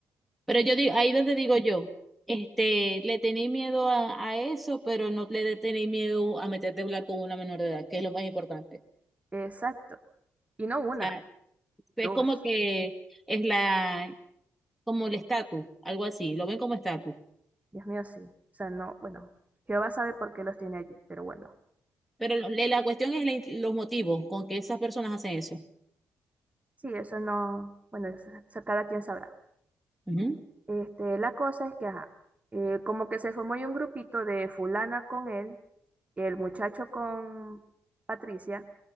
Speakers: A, in the centre; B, on the right.
A: Pero yo digo, ahí donde digo yo, este, le tenéis miedo a, a eso, pero no le tenéis miedo a meterte a hablar con una menor de edad, que es lo más importante.
B: Exacto. Y no una,
A: O
B: dos.
A: es como que es la, como el estatus, algo así, lo ven como estatus.
B: Dios mío, sí. O sea, no, bueno, Jehová sabe por qué los tiene allí, pero bueno.
A: Pero lo- le- la cuestión es la- los motivos con que esas personas hacen eso.
B: Sí, eso no, bueno, eso, eso cada quien sabrá.
A: Ujú,
B: Este, la cosa es que, ajá, eh, como que se formó ahí un grupito de fulana con él, el muchacho con Patricia,